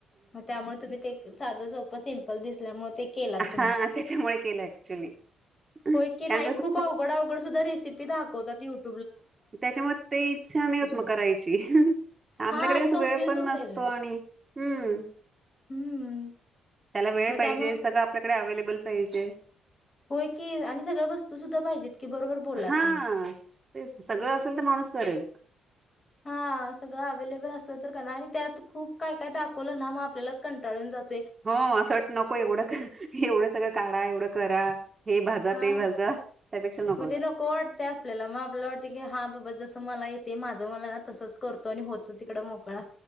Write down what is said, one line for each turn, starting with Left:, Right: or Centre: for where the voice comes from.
Left: म त्यामुळे तुम्ही ते साधं, सोपं सिम्पल दिसल्यामुळे ते केलात
Right: हा
Left: तुम्ही.
Right: त्याच्यामुळे केलं ऍक्च्युली कारण
Left: होय की नाही
Right: त्याच
Left: खूप अवघड अवघड सुद्धा रेसिपी दाखवतात युट्यु-
Right: त्याच्यामुळे ते इच्छा नाही होत मग
Left: होतो
Right: करायची. आपल्याकडे
Left: हा आणि
Right: कस
Left: कन्फ्युज
Right: वेळ पण
Left: होत
Right: नस-
Left: आहे.
Right: तो आणि हम.
Left: हम्म
Right: त्याला वेळ
Left: मग
Right: पाहिजे
Left: त्यामुळे
Right: सगळं आपल्याकडे अवेलेबल बल पाहिजे.
Left: होय की आणि सगळ्या वस्तू सुद्धा पाहिजेत. की बरोबर बोललात
Right: हा-
Left: तुम्ही.
Right: ते सगळं असेल तर माणूस करेल.
Left: हा सगळं अवेलेबल असलं तर करा आणि त्यात खूप काय काय दाखवलं ना म आपल्यालाच कंटाळून जात
Right: हो असं अट नको एवढं क एवढं सगळं काढा एवढं करा. हे भाजा
Left: हा
Right: ते भाजा. त्यापेक्षा नकोच
Left: मग ते नको वाटते आपल्याला मग आपल्याला वाटते की हा बाबा जसं मला येते माझं मला तसंच कर तो आणि होत तिकड मोकळा